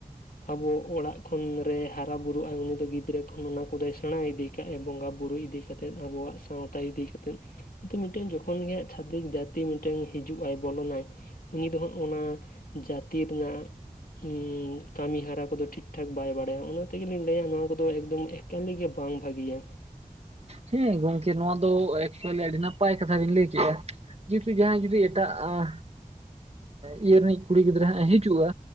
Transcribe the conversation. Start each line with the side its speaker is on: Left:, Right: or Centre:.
Left: ᱟᱵᱚ ᱚᱲᱟᱜ ᱠᱷᱚᱱ ᱨᱮ ᱦᱟᱨᱟ ᱵᱩᱨᱩᱜ-ᱟᱭ ᱩᱱᱤ ᱫᱚ ᱜᱤᱫᱽᱨᱟᱹ ᱠᱷᱚᱱ ᱚᱱᱟ ᱠᱚᱫᱚᱭ ᱥᱮᱬᱟᱭ ᱤᱫᱤᱼᱼ ᱪᱮ ᱵᱚᱸᱜᱟᱼᱵᱩᱩᱨᱩᱭ ᱤᱫᱤ ᱠᱟᱛᱮᱫ ᱟᱵᱚᱣᱟᱜ ᱥᱟᱶᱛᱟ ᱤᱫᱤ ᱠᱟᱛᱮᱫᱼᱼᱼᱼ ᱠᱤᱱᱛᱩ ᱢᱤᱫᱴᱮᱱ ᱡᱚᱠᱷᱚᱱ ᱜᱮ ᱪᱷᱟᱛᱤᱠ ᱡᱟᱹᱛᱤ ᱢᱤᱫᱴᱮᱝ ᱦᱤᱡᱩᱜ ᱟᱭ ᱵᱚᱞᱚ ᱱᱟᱭᱼᱼ ᱩᱱᱤ ᱫᱚ ᱦᱟᱸᱜ ᱚᱱᱟ ᱡᱟᱛᱤ ᱨᱮᱱᱟᱜ ᱩᱸᱼᱼ ᱠᱟᱢᱤ ᱦᱟᱨᱟ ᱠᱚᱫᱚ ᱴᱷᱤᱠ ᱴᱷᱟᱠ ᱵᱟᱭ ᱵᱟᱲᱟᱭᱟ ᱚᱱᱟ ᱛᱮᱜᱮ‌ ᱞᱤᱧ ᱞᱟᱹᱭᱟ ᱱᱚᱣᱟ ᱠᱚᱫᱚ ᱮᱠᱫᱚᱢ ᱮᱠᱟᱞᱤ ᱜᱮ ᱵᱟᱝ ᱵᱷᱟᱜᱤᱭᱟ᱾
Right: ᱦᱮᱸ ᱜᱚᱝᱠᱮ ᱱᱚᱣᱟ ᱫᱚ ᱮᱠᱪᱩᱣᱮᱞᱤ ᱟᱹᱰᱤ ᱱᱟᱯᱟᱭ ᱠᱟᱛᱷᱟ ᱵᱤᱱ ᱞᱟᱹᱭ ᱠᱮᱜ-ᱟ᱾ ᱡᱮ ᱡᱟᱦᱟᱸᱭ ᱡᱩᱫᱤ ᱮᱴᱟᱜ ᱟᱸ ᱤᱭᱟᱹ ᱨᱤᱱᱤᱡ ᱠᱩᱲᱤ ᱜᱤᱫᱽᱨᱟᱹ ᱦᱟᱸᱜ ᱮ ᱦᱤᱡᱩᱜ-ᱟ᱾